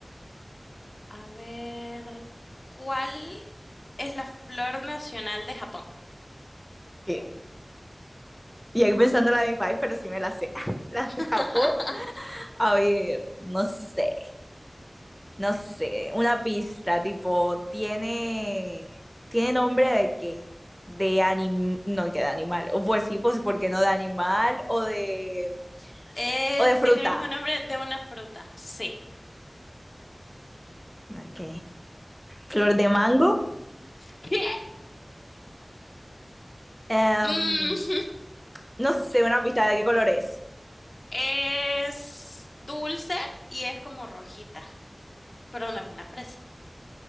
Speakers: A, on the left; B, in the centre.
A: a ver, ¿cuál es la flor nacional de Japón?
B: ¿Qué? Y ahí pensando la de mi país, pero sí me la sé. <laughs> La
A: <laughs>
B: de Japón. A ver, no sé. no sé, una pista, tipo, tiene, tiene nombre de qué, de animal, no, que de animal, o pues sí, pues, ¿por qué no de animal o de,
A: Es,
B: o de fruta?
A: tiene el mismo nombre de una fruta, sí.
B: Ok, flor de mango,
A: ¿Qué?
B: Em,
A: Mm,
B: no sé, una pista de qué color es.
A: es dulce y es como rojita, pero no es una fresa.